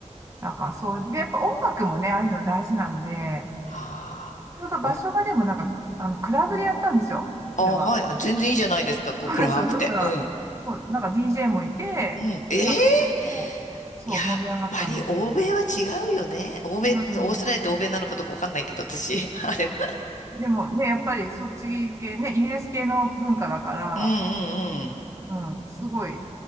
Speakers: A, on the right; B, on the left.
A: なんかそう、で、やっぱ音楽もね、ああいうの大事なんで、
B: ああ、
A: ちょうど場所がでもなんか、
B: お、
A: あの、クラブでやったんですよ。それは。
B: あ、はい。あ全然いいじゃないですか。こう暗くて。
A: そうなんですよ <laughs>。だから、
B: うん。
A: そう、なんか DJ もいて、
B: うん。
A: なんか結構、
B: ええ
A: そう、
B: やっぱり欧米は違うよね。
A: 盛り上がったんですよ。
B: 欧米、
A: う
B: オーストラリアって欧米なのかどうかわかんないけど、
A: ん。
B: 私。<laughs> あれ。
A: でもね、やっぱりそっち系ね、イギリス系の文化だから、
B: うんうん
A: うん、すごい、